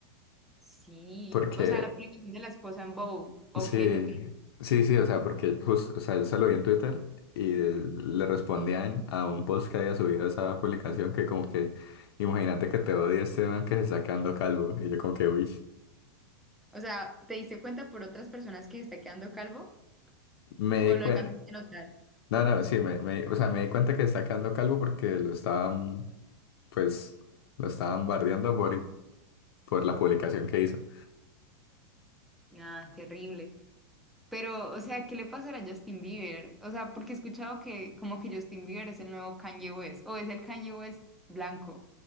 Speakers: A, in the centre; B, on the left.
A: Sí.
B: porque
A: O sea, la publicación de la esposa en Vogue, ¿o
B: <laughs> sí,
A: qué es lo que dice?
B: sí, sí, o sea, porque justo, o sea, yo se lo vi en Twitter y eh, le respondían a un post que había subido esa publicación que como que, imagínate que te odia este man que se está quedando calvo y yo como que, uy,
A: O sea, ¿te diste cuenta por otras personas que está quedando calvo?
B: me
A: o
B: di
A: lo
B: cuenta,
A: alcanzaste a notar.
B: no, no, sí, me, me- o sea, me di cuenta que se está quedando calvo porque lo estaban, pues, lo estaban bardeando por, por la publicación que hizo.
A: Nada, terrible. Pero, o sea, ¿qué le pasará a Justin Bieber? O sea, porque he escuchado que como que Justin Bieber es el nuevo Kanye West, o es el Kanye West blanco.